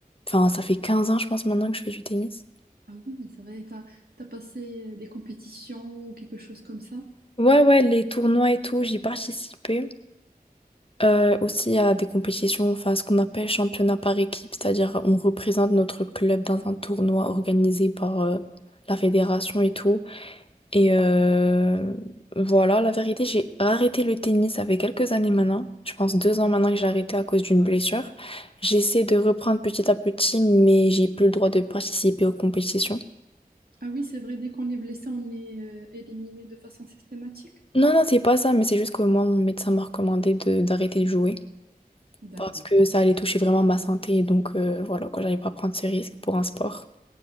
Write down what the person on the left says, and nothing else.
Enfin, ça fait 15 ans, je pense, maintenant que je fais du tennis.
Ouais, ouais, les tournois et tout, j'y participais. Euh, aussi, à des compétitions, enfin ce qu'on appelle championnat par équipe, c'est-à-dire on représente notre club dans un tournoi organisé par euh, la fédération et tout. Et euh, voilà, la vérité, j'ai arrêté le tennis, avec quelques années maintenant, je pense deux ans maintenant que j'ai arrêté à cause d'une blessure. J'essaie de reprendre petit à petit, mais j'ai plus le droit de participer aux compétitions.
Non, non, c'est pas ça, mais c'est juste que moi, mon médecin m'a recommandé de d'arrêter de jouer.
parce que ça allait toucher vraiment ma santé. Donc euh, voilà, quoi, j'allais pas prendre ce risque pour un sport.